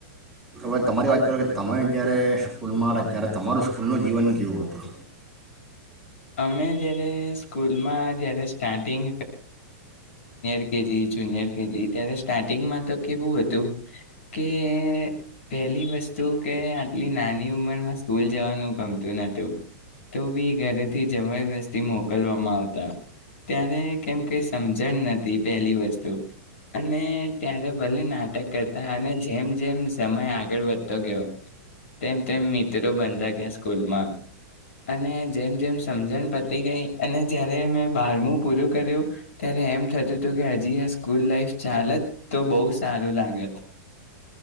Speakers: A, in the centre; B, on the left.
A: હ તમારી વાત કરો કે તમે જ્યારે સ્કૂલમાં રહ્યા ત્યારે તમારું સ્કૂલનું જીવન કેવું હતું.
B: અમે જયારે સ્કૂલમાં જયારે સ્ટાર્ટિંગ <unintelligible> કેજી જુનિયર કેજી ત્યારે સ્ટાર્ટિંગ તો કેવું હતું કે પહેલી વસ્તુ કે આટલી નાની ઉંમરમાં સ્કૂલ જવાનું ગમતું નતું તો બી ઘરે થી જબરજસ્તી મોકલવામાં આવતા. ત્યારે કેમ કઈ જણ નથી પહેલી વસ્તુ અને ત્યારે ભલે નાટક કરતા અને જેમ જેમ સમય આગળ વધતો ગયો તેમ તેમ મિત્રો બનતા ગયા સ્કૂલમાં અને જેમ જેમ સમજણ પતી ગઈ અને જયારે મેં બારમું પૂરું કર્યું ત્યારે એમ થતું હતું કે હજી આ સ્કૂલ લાઈફ ચાલત તો બહુ સારું લાગત